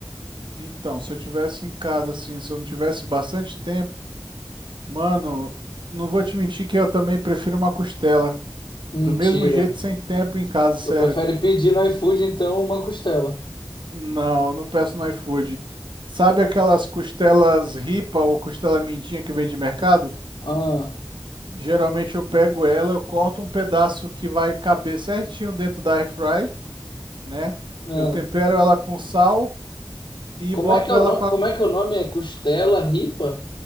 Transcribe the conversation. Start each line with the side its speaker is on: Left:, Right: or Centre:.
Right: Então, se eu tivesse em casa assim, se eu não tivesse bastante tempo, mano, não vou te mentir que eu também prefiro uma costela.
Left: Mentira.
Right: Do mesmo jeito, sem tempo em casa, sério.
Left: Tu prefere pedir no iFood, então, uma costela.
Right: Não, eu não peço no iFood. Sabe aquelas costelas ripa ou costela mindinha que vem de mercado?
Left: Ah,
Right: Geralmente eu pego ela, eu corto um pedaço que vai caber certinho dentro da airfry. né?
Left: ah.
Right: Eu tempero ela com sal e
Left: Como
Right: boto
Left: é que é
Right: ela
Left: o nome?
Right: com a
Left: Como é que é o nome? É costela ripa?